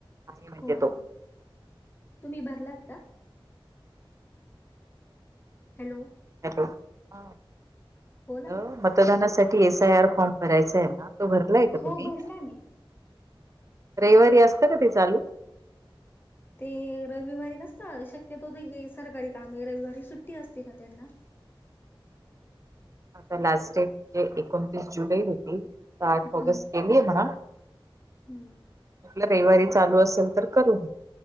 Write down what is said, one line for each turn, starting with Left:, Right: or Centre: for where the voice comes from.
Right: आहे म्हणजे
Left: हो
Right: तो
Left: हो तुम्ही भरलात का? हॅलो
Right: हॅलो... म्हटलं
Left: बोला ना.
Right: मतदानासाठी एस आय आर फॉर्म भराचाय ना हा तो भरलाय का
Left: हो
Right: तुम्ही?
Left: भरला मी.
Right: रविवारी असतं का ते चालू?
Left: ते रविवारी नसता... शक्यतो, तर हे, सरकारी कामं रविवारी सुट्टी असते ना त्यांना
Right: आता लास्ट डेट... म्हजे एकोणतीस जुलै होती तर आठ
Left: हम्म.
Right: ऑगस्ट केलाय म्हणा...
Left: हम्म
Right: म्हटलं रविवारी चालू असेल तर करू